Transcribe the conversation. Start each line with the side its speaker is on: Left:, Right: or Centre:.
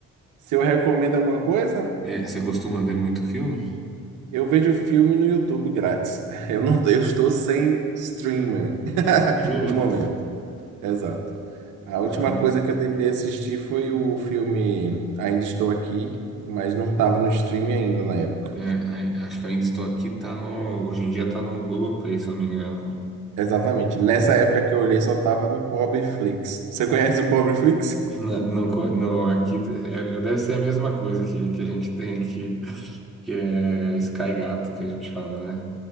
Right: Se eu recomendo alguma coisa,
Centre: É, você costuma ver muito filme?
Right: eu vejo filme no YouTube grátis. <laughs> Eu não, eu estou sem streamer
Centre: Tem streaming?
Right: <laughs> no momento. Exato. A última
Centre: Tá.
Right: coisa que eu tentei assistir foi o filme Ainda Estou Aqui, mas não estava no streaming ainda na época.
Centre: É, ai- acho que ainda estou aqui, tá no. Hoje em dia tá no Globoplay, se eu não me engano. cara.
Right: Exatamente. Nessa época que eu olhei, só tava no Pobreflix. Você conhece o Pobreflix?
Centre: Na- não co- no, aqui é, é- deve ser a mesma coisa que, que a gente tem aqui, que é Sky Gato que a gente fala, né?